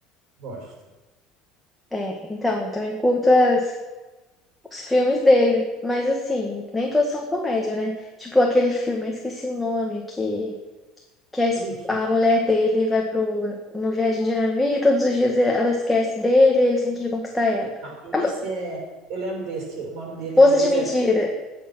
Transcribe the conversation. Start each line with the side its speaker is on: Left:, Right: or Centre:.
Right: Gosto.
Centre: É, então, eu também curto as- os filmes dele. Mas assim, nem todos são comédia, né? Tipo aquele filme, eu esqueci o nome, que, que a, es-
Right: Clique.
Centre: a mulher dele vai para uma viagem de navio e todos os dias ela esquece dele e ele tem que reconquistar ela.
Right: Não, esse
Centre: Acaba-
Right: é. Eu lembro desse. O nome dele
Centre: Esposas
Right: em inglês
Centre: de
Right: é.
Centre: mentira.